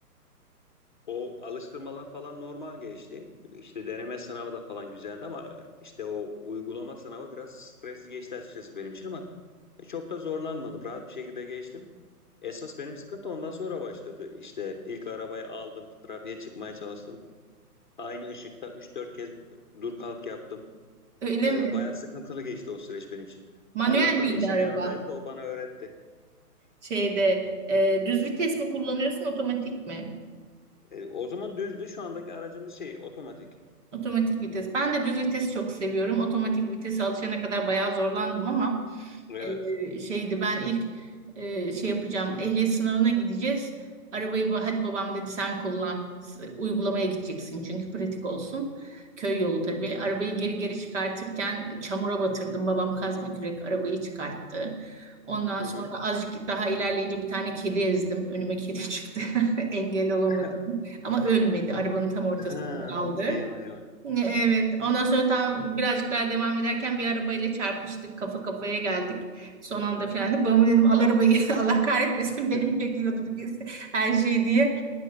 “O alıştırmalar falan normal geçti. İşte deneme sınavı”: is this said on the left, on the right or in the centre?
Left